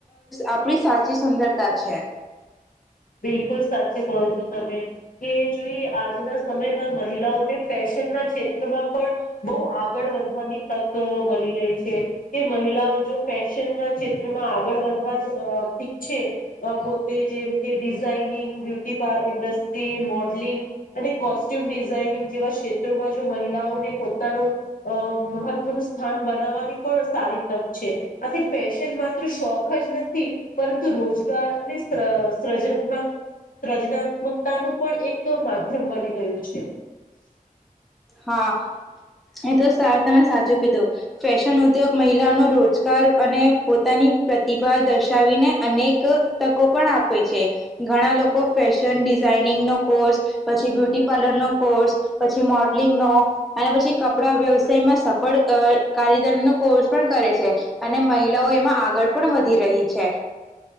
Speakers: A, in the centre; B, on the left.
A: આપણી સાચી સુંદરતા છે.
B: <inaudible> બિલકુલ સાચી કહો છો તમે કે જોઈ આજના સમયમાં મહિલાઓને ફેશ. નના ક્ષેત્રમાં પણ બહુ આગળ વધવાની તક મલી રહી છે તે મહિલાઓ. જો ફેશન ના ક્ષેત્રમાં આગળ વધવા જ અ ઈચ્છે પોતે જેમ કે ડિઝાઇનિંગ બ્યુટી પાર ઇન્ડસ્ટ્રી મોડલિંગ અને કોસ્ટ્યુમ ડિઝઇનિંગ જેવા ક્ષેત્રોમાં જો મહિલાઓને પોતાનો અ મહત્વનું સ્થાન બનાવવાની પણ સારી તક છે આથી ફેશન માત્ર શોખ જ નથી પરંતુ રોજગાર અને શ્ર <unintelligible> પ્રજનાત્મકતા પણ એક માધ્યમ બની ગયું છે.
A: હા એ તો સાર તમે સાચું કીધું ફેશન ઉદ્યોગ મહિલાનો રોજગાર અને પોતાની પ્રતિભા દર્શાવીને અનેક તકો પણ આપે છે ઘણા લોકો ફેશન ડિઝઇનિંગ નો કોર્સ પછી બ્યુટી પાર્લર નો કોર્સ પછી મોડ લિંગનો અને પછી કપડા વ્યવસાયમાં સફળ અ કારીદર નો કોર્સ પણ કરે છે અને મહિલાઓ એમાં આગળ પણ વધી રહી છે.